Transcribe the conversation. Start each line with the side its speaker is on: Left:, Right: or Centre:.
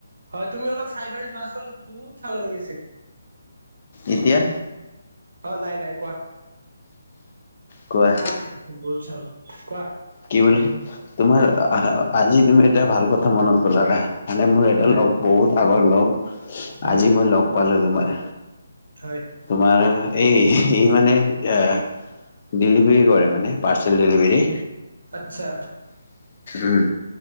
Right: হয়, তুমি অলপ চাইদ হৈ যোৱাচোন, বহুত চাউণ্ড আহি আছে।
Left: এতিয়া?
Right: অ, নাই-নাই কোৱা?
Left: কোৱা
Right: আহ, বহুত চাউণ্ড, কোৱা?
Left: কি বুলি? তোমাৰ আজি তুমি এটা ভাল কথা মনত পেলালা। মানে মোৰ এটা
Right: হয়
Left: লগ বহুত আগৰ লগ,
Right: হয়
Left: আজি মই লগ পালো তোমাৰ।
Right: হয়।
Left: তোমাৰ এই সি মানে এ ডেলিভাৰী কৰে মানে, পাৰ্চেল ডেলিভাৰী।
Right: আচ্ছা!
Left: উম।